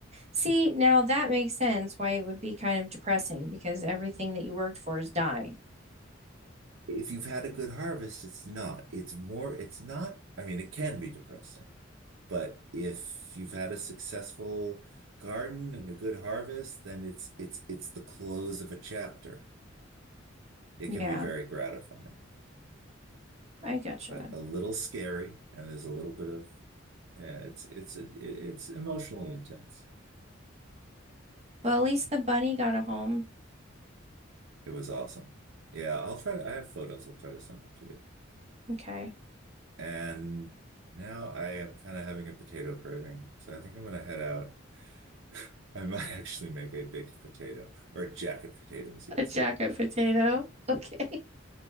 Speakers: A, on the right (about 35°); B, on the right (about 80°).
A: See, now that makes sense why it would be kind of depressing because everything that you worked for is dying.
B: If you've had a good harvest, it's not. It's more, it's not. I mean, it can be depressing, but if you've had a successful garden and a good harvest, then it's it's it's the close of a chapter. it
A: Yeah,
B: can be very gratifying,
A: I gotcha.
B: but a little scary, and there's a little bit of yeah, it's it's a it's emotionally intense.
A: Well, at least the bunny got a home.
B: It was awesome. Yeah, I'll try to, I have photos. I'll try to send them to you.
A: Okay.
B: And now I am kind of having a potato craving, so I think I'm gonna head out. <laughs> I might actually make a baked potato or a jacket potato, as you would
A: A jacket
B: say.
A: potato. <laughs> Okay.